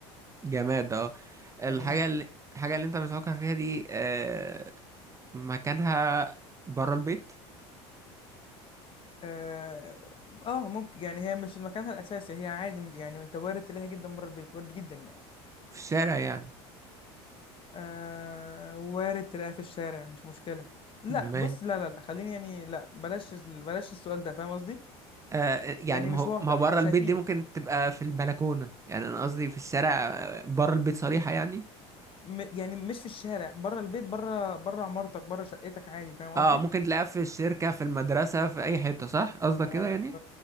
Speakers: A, on the right (about 20°); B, on the left (about 40°).
A: جماد اه الحاجة
B: جميل
A: اللي الحاجة اللي انت بتفكر فيها دي آه، مكانها بره البيت
B: اه, آه ممكن يعني هي مش مكانها الأساسي هي عادي يعني انت وارد تلاقيها جدا بره البيت وارد جدا يعني
A: في الشارع يعني
B: آه وارد تلاقيها في الشارع مش مشكلة لا
A: ما
B: بص لا لا لا خليني يعني لا بلاش ال- بلاش السؤال ده فاهم قصدي
A: آه يعني
B: يعني
A: ما
B: مش
A: هو
B: واضح
A: ما هو بره
B: مش
A: البيت
B: هيفيدك
A: دي ممكن تبقى في البلكونة يعني انا قصدي في الشارع آه، بره البيت صريحة يعني
B: م يعني مش في الشارع بره البيت بره بره عمارتك بره شقتك عادي فاهم قصدي
A: اه ممكن تلاقيها في الشركة في المدرسة في اي حتة صح قصدك
B: اه
A: كده يعني